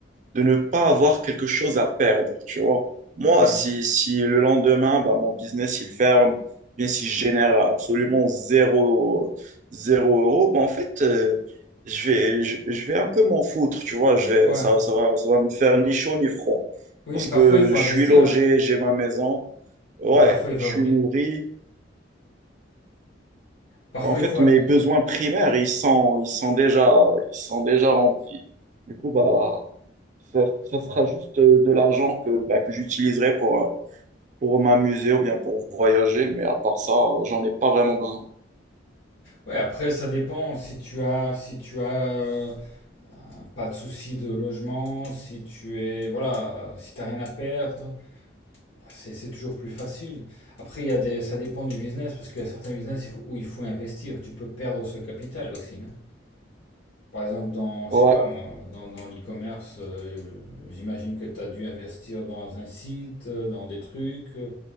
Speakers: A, on the right; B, on the left.
A: de ne pas avoir quelque chose à perdre, tu vois. Moi,
B: Ouais,
A: si, si le lendemain, bah, mon business, il ferme, bien si je génère absolument zéro, zéro euro, bah, en fait, euh, je vais, je, je vais un peu m'en foutre, tu vois. Je vais,
B: ouais.
A: ça, ça va, ça va me faire ni chaud ni froid.
B: Oui,
A: Parce
B: mais parfois,
A: que
B: il faut
A: je
B: investir,
A: suis logé,
B: hein.
A: j'ai ma maison, ouais,
B: Parfois, il
A: je
B: faut...
A: suis
B: et-
A: nourri.
B: Parfois,
A: Bah, en fait,
B: il faut...
A: mes
B: inv-
A: besoins primaires, ils sont, ils sont déjà, ils sont déjà remplis. Du coup, bah, Ça, ça sera juste euh, de l'argent que, bah, que j'utiliserai pour, euh, pour m'amuser ou bien pour voyager, mais à part ça, euh, j'en ai pas vraiment besoin.
B: Ouais, après, ça dépend si tu as... Si tu as euh, pas de soucis de logement, si tu es... Voilà, euh, si t'as rien à perdre, c'est c'est toujours plus facile. Après, il y a des... Ça dépend du business, parce qu'il y a certains business il faut- où il faut investir. Tu peux perdre ce capital aussi, hein. Par exemple, dans, je
A: Ouais.
B: sais pas moi, dans, dans l'e-commerce, euh, j'imagine que tu as dû investir dans un site, euh, dans des trucs, euh,